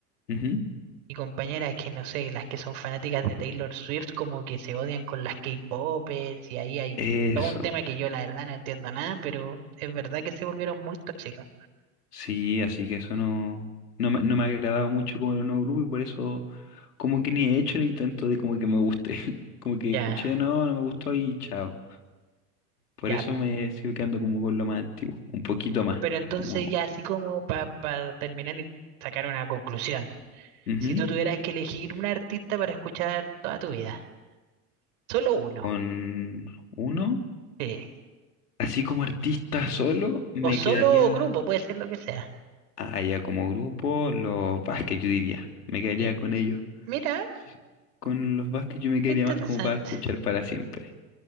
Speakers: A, on the left; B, on the right.
A: Ujú.
B: y compañeras que no sé, las que son fanáticas de Taylor Swift, como que se odian con las K-popers y ahí hay
A: Eso.
B: todo un tema que yo la verdad no entiendo nada, pero es verdad que se volvieron muy tóxicos.
A: Sí, así que eso no, no me, no me ha agradado mucho como el nuevo grupo y por eso como que ni he hecho el intento de como que me guste. <laughs> Como que
B: Ya,
A: escuché, no, no me gustó y chao. Por
B: ya.
A: eso me sigo quedando como con lo más antiguo, un poquito más,
B: Pero entonces
A: como
B: ya así como para terminar y sacar una conclusión.
A: ujú,
B: Si tú tuvieras que elegir un artista para escuchar toda tu vida, solo uno,
A: con uno.
B: sí.
A: Así como artista solo, me
B: O solo
A: quedaría,
B: grupo, puede ser lo que sea.
A: ah, ya como grupo, los Vázquez yo diría, me quedaría
B: Y
A: con ellos.
B: mira,
A: Sí, Con los Vázquez yo me quedaría
B: interesante.
A: más como para escuchar para siempre.